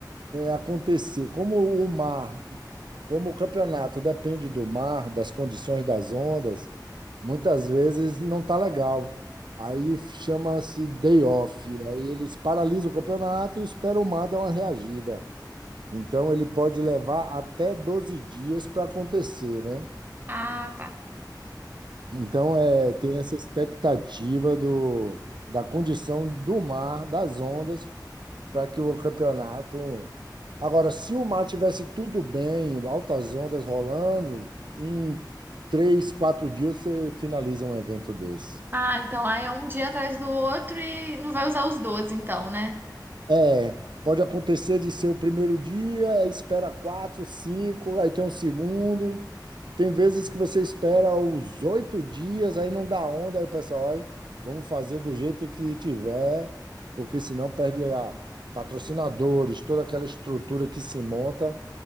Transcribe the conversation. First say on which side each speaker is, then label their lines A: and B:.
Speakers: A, on the right; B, on the right.
A: acontecer. Como o mar, como o campeonato depende do mar, das condições das ondas, muitas vezes não tá legal. Aí chama-se day off. Aí eles paralisam o campeonato e esperam o mar dar uma reagida. Então ele pode levar até 12 dias para acontecer, né?
B: Ah, tá.
A: Então, é, tem essa expectativa do, da condição do mar, das ondas, para que o campeonato. Agora, se o mar tivesse tudo bem, altas ondas rolando, em três, quatro dias você finaliza um evento desse.
B: Ah, então aí é um dia atrás do outro e não vai usar os 12, então, né?
A: É, pode acontecer de ser o primeiro dia, aí espera quatro, cinco, aí tem um segundo. Tem vezes que você espera os oito dias, aí não dá onda, aí o pessoal, olha, vamos fazer do jeito que tiver, porque senão perde a patrocinadores, toda aquela estrutura que se monta